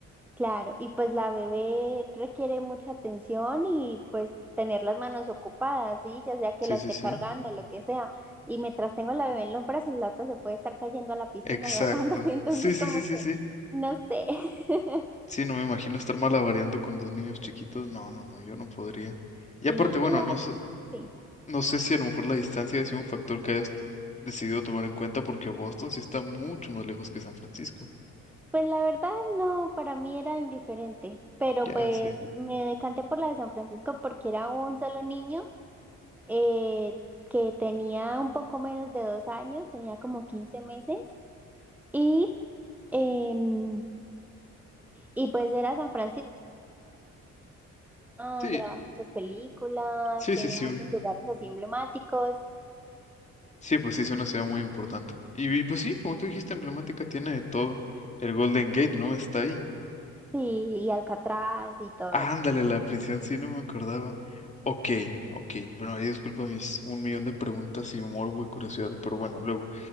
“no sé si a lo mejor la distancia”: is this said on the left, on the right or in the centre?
Left